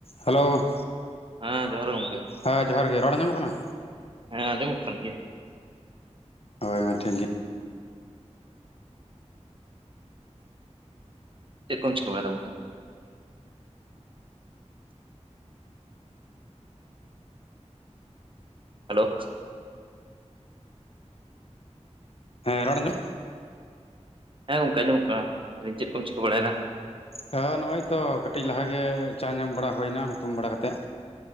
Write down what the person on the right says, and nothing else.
ᱦᱮᱸ ᱡᱚᱦᱟᱨ ᱜᱮ ᱜᱚᱝᱠᱮ᱾
ᱦᱮᱸ ᱟᱸᱡᱚᱢᱚᱜ ᱠᱟᱱ ᱜᱮᱭᱟ᱾
ᱪᱮᱫ ᱠᱚᱢ ᱪᱤᱠᱟᱹ ᱵᱟᱲᱟᱭ ᱫᱟ ᱜᱚᱝᱠᱮ? ᱦᱮᱞᱳᱼᱼ
ᱦᱮᱸ ᱜᱚᱝᱠᱮ ᱟᱸᱡᱚᱢᱚᱜ ᱠᱟᱱᱟ ᱪᱮᱫ ᱠᱚᱢ ᱪᱤᱠᱟᱹ ᱵᱟᱲᱟᱭᱮᱫᱟ?